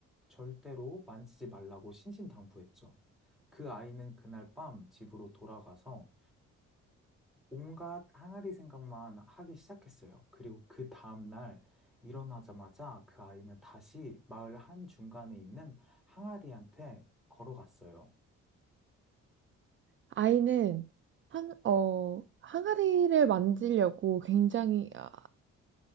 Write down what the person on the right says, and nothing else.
아이는 항, 어, 항아리를 만지려고 굉장히, 아,